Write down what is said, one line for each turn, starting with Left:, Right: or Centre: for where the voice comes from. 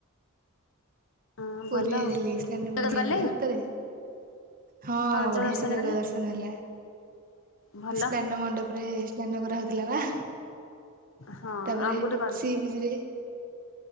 Left: ହଁ
Right: ପୁରୀ
Left: ଭଲ।
Right: ଯାଇଥିଲି ସ୍ନାନପୂର୍ଣ୍ଣିମାରେ
Left: ଗଲେ
Right: ସତରେ। ହଁ
Left: ଯୋଉ
Right: ବଢ଼ିଆ
Left: ଦର୍ଶନ
Right: ସେ ଜଗା
Left: ଗଲେ
Right: ଦର୍ଶନ ହେଲା।
Left: ଭଲ
Right: ସ୍ନାନ ମଣ୍ଡପରେ ସ୍ନାନ କରାହଉଥିଲା ବା।
Left: ହଁ
Right: ତାପରେ
Left: ଆଉ କୋଉଠି କରନ୍ତି?
Right: ସି ବିଜରେ